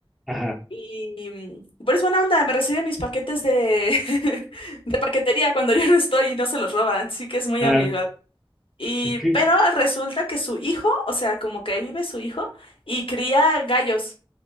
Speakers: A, in the centre; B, on the left.
A: ajá,
B: Y, mm, pero es buena onda, me recibe mis paquetes de, <laughs> de paquetería cuando yo no estoy y no se los roba, así que es muy
A: ah,
B: amigo. Y,
A: qué
B: pero resulta que su hijo, o sea, como que ahí vive su hijo y cría gallos.